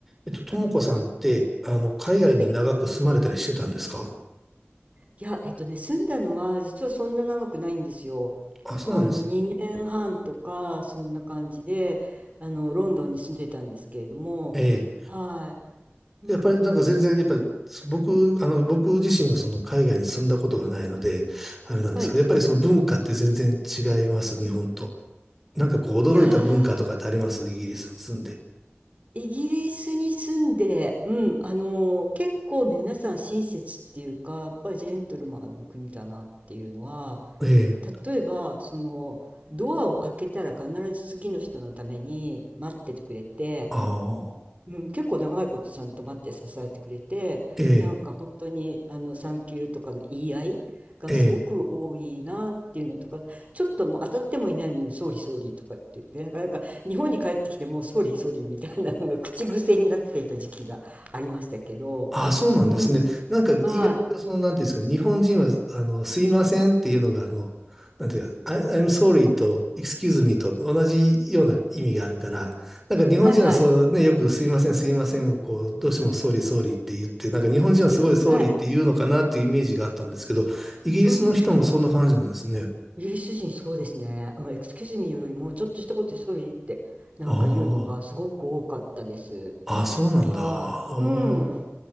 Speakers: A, in the centre; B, on the right.
A: えっと、ともこさんって、あの、海外に長く住まれたりしてたんですか
B: はい。いや、えっとね、住んだのは実はそんな長くないんですよ。
A: あ、そうなんですね。
B: あの2年半とかそんな感じで、あのロンドンに住んでたんですけれども、
A: ええ。
B: はい、うん、
A: やっぱり、なんか全然、やっぱり、僕、あの、僕自身はその海外に住んだことがないので、あれなんですけど、
B: はい。
A: やっぱりその文化って全然違います、日本と。なんかこう、驚いた文化とかってありますイギリスに住んで。
B: いやー、イギリスに住んで、うん、あの結構皆さん親切っていうか、やっぱりジェントルマンの国だなっていうのは、
A: ええ。
B: 例えばそのドアを開けたら必ず次の人のために待っててくれて。
A: ああ。
B: うん、結構長いことちゃんと待って支えてくれて、
A: ええ。
B: なんか本当にあの産休とかの言い合いがすごく多いなっていうのとか、
A: え
B: ちょっともう当たってもいないのに、総理総理とかって言って、なんか、なんか日本に帰ってきてもう総理総理みたいなのが口癖になっていた時期がありましたけど、
A: あ、そうなんですね。
B: うん、
A: なんか意外とその、
B: はい、
A: なんていうんですか、日本人は、あの、すいませんっていうのが、あの、なんていうか、I, I'm sorry と excuse me と同じような意味があるから、なんか日本人はそうね、
B: はいはい、
A: よくすいません、すいませんをこう、どうしても sorry, sorry って言って、なんか日本人はすごい sorry
B: はい、
A: って言うのかなっていうイメージがあったんですけど、イギリスの人もそんな感じなんですね。
B: うん、イギリス人そうですね、うん、エクスキューズミーよりもちょっとしたことで総理ってなんか言うのがすごく多かったです。
A: ああ、あ、そうなんだ。
B: はーい、
A: あー
B: うん。